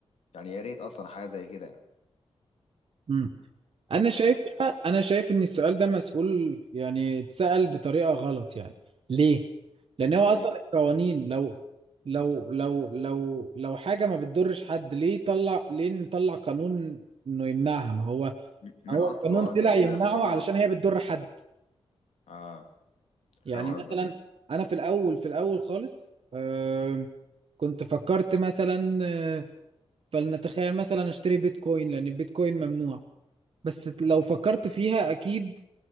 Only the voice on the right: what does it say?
إمم. انا
شايف بقى- انا شايف ان السؤال ده مسؤول يعني اتسأل بطريقة غلط يعني ليه لان هو
اصلا القوانين لو لو لو لو لو حاجة ما بتضرش حد ليه طلع ليه نطلع قانون انه يمنعها ما هو
هو
القانون طلع
يمنعه
علشان
هي بتضر حد
يعني
مثلا
انا في الاول في الاول خالص آه كنت فكرت مثلا آه، فلنتخيل مثلا اشتري بيتكوين لان البيتكوين ممنوع بس لو فكرت فيها اكيد